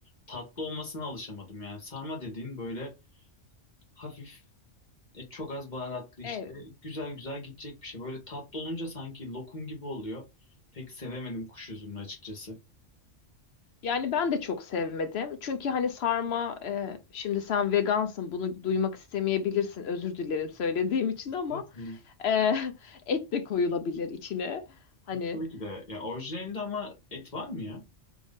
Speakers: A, on the left; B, on the left.
A: Tatlı olmasına alışamadım yani. Sarma dediğin böyle hafif e, çok az baharatlı işte.
B: Evet.
A: Güzel güzel gidecek bir şey. Böyle tatlı olunca sanki lokum gibi oluyor. Pek sevemedim kuş üzümünü açıkçası.
B: Yani ben de çok sevmedim. Çünkü hani sarma e, şimdi sen vegansın bunu duymak istemeyebilirsin. Özür dilerim söylediğim için ama
A: Hı-hı.
B: e, <laughs> et de koyulabilir içine. Hani
A: Tabii ki de. Ya orijinalinde ama et var mı ya?